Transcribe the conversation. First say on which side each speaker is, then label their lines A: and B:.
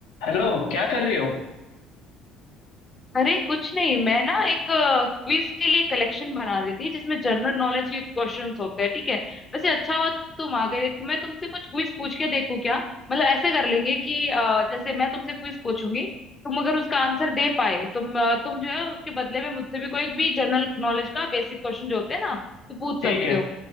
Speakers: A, on the left; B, on the left.
A: Hello क्या कर रहे हो
B: अरे कुछ नहीं मैं ना एक क्विज के लिए कलेक्शन बना रही थी जिसमें जनरल नॉलेज के क्वेश्चंस होते हैं ठीक है वैसे अच्छा हुआ तुम आ गए तो मैं तुमसे कुछ क्विज पूछ के देखूं क्या मतलब ऐसा कर लेंगे कि अ, जैसे मैं तुमसे क्विज पूछूंगी तुम अगर उसका आंसर दे पाए तुम अ, तुम जो है उसके बदले में मुझसे भी कोई भी जनरल नॉलेज का बेसिक क्वेश्चन जो होते हैं ना तो पूछ
A: ठीक
B: सकते
A: है
B: हो